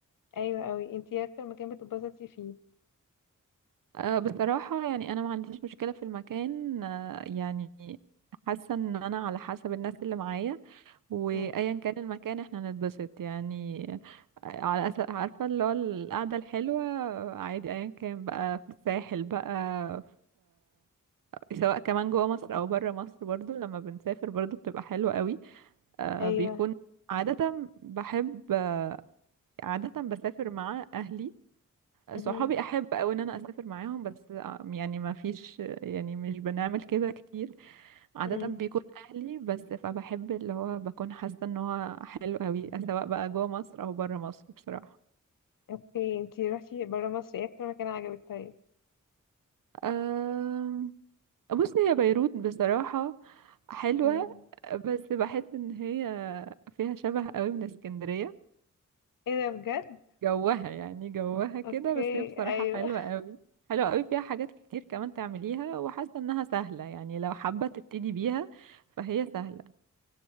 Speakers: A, on the left; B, on the right.
A: ايوه قوي انتي إيه اكتر مكان بتتبسطي فيه
B: آه بصراحة يعني انا ما عنديش مشكلة في المكان آه يعني حاسة ان انا على حسب الناس اللي معايا وايا
A: امم
B: كان المكان احنا نتبسط يعني على أساس عارفة اللي هو القعدة الحلوة عادي ايا كان بقى في الساحل بقى في سواء كمان جوه مصر او بره مصر برضو لما بنسافر برضو بتبقى حلوة قوي آه،
A: ايوه
B: بيكون عادة بحب آه، عادة بسافر مع اهلي
A: امم
B: صحابي احب قوي ان انا اسافر معاهم بس آه، يعني ما فيش يعني مش بنعمل كده كتير عادة
A: امم
B: بيكون أهلي بس فبحب اللي هو بكون حاسة ان هو حلو قوي سواء بقى جوه مصر أو بره مصر بصراحة
A: اوكي انتي رحتي بره مصر ايه اكتر مكان عجبك طيب
B: أم... بصي هي بيروت بصراحة حلوة
A: امم
B: بس بحس ان هي فيها شبه قوي من اسكندرية
A: ايه ده بجد
B: جوها يعني جوها كده
A: اوكي
B: بس هي بصراحة
A: ايوه
B: حلوة قوي حلوة قوي فيها حاجات كتير كمان تعمليها وحاسة انها سهلة يعني لو حابة تبتدي بيها فهي سهلة